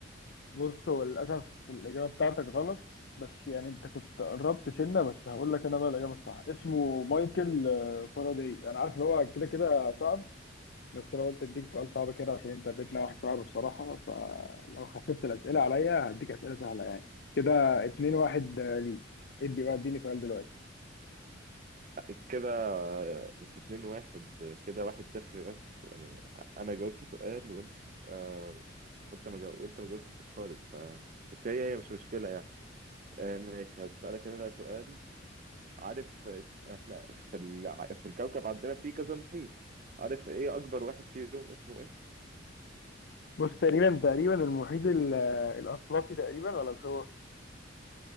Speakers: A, on the left (about 60°); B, on the right (about 45°).
A: بص هو للأسف الإجابة بتاعتك غلط بس يعني أنت كنت قربت سنة بس هقول لك أنا بقى الإجابة الصح اسمه مايكل آه، فاراداي أنا عارف إن هو كده كده صعب بس لو قلت أديك سؤال صعب كده عشان أنت اديتنا واحد صعب بصراحة فلو خففت الأسئلة عليا هديك أسئلة سهلة يعني كده اتنين واحد آه، ليك ادي بقى اديني سؤال دلوقتي
B: لا، كده مش اتنين واحد كده واحد صفر بس يعني انا جاوبت سؤال وانت آه وانت ما جاوب وانت ما جاوبتش خالص ف بس هي هي مش مشكله يعني آه ماشي هسالك انا بقى سؤال عارف آه، احنا في الع- في الكوكب عندنا في كذا محيط عارف ايه اكبر واحد فيهم اسمه ايه
A: بص تقريبا تقريبا المحيط ال- الأطلسي تقريبا ولا مش هو